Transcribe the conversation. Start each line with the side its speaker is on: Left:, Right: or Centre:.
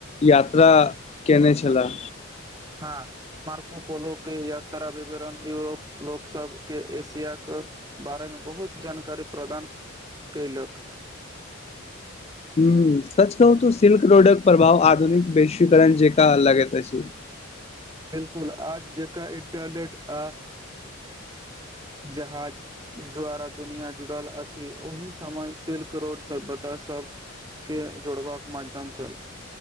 Left: यात्रा केने छला।
Right: <inaudible> हँ मार्कोपोलो के यात्रा विवरण यूरोपस लोक सबके एशिया के बारेमे बहुत जानकारी प्रदान कयलक।
Left: हूं सच कहू तऽ सिल्क रोडक प्रभाव आधुनिक वैश्वीकरण जेंका लगैत अछी।
Right: बिलकुल आज जेका इंटरनेट आ जहाज द्वारा दुनिया जुड़ल अछि ओहि समय सिल्क रोडसँ बता सभकेँ जोड़बाक माध्यम छल।